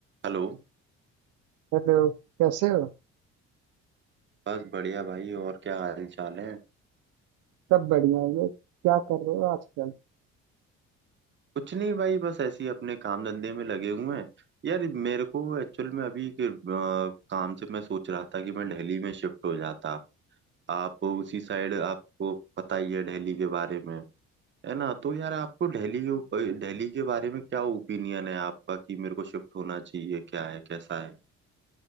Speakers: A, on the right (about 40°); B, on the right (about 80°).
A: Hello
B: Hello कैसे हो
A: बस बढ़िया भाई और क्या हाल चाल है
B: सब बढ़िया है ये क्या कर रहे हो आजकल
A: कुछ नहीं भाई बस ऐसे ही अपने काम धंधे में लगे हुए हैं यार मेरे को एक्चुअल में अभी के, अ, काम से मैं सोच रहा था कि मैं दिल्ली में शिफ्ट हो जाता आप उसी साइड आपको पता ही है दिल्ली के बारे में है ना तो यार आपको दिल्ली के ऊपर- दिल्ली के बारे में क्या ओपिनियन है आपका कि मेरे को शिफ्ट होना चाहिए क्या है कैसा है